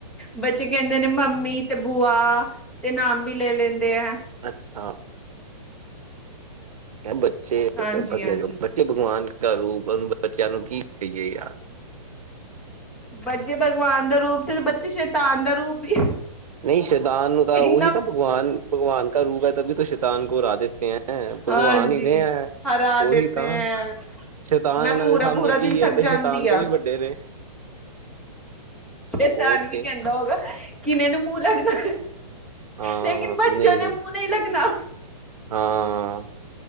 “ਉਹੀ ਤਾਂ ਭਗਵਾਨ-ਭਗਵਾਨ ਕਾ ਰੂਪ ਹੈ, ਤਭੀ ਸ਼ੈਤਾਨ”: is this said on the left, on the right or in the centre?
Right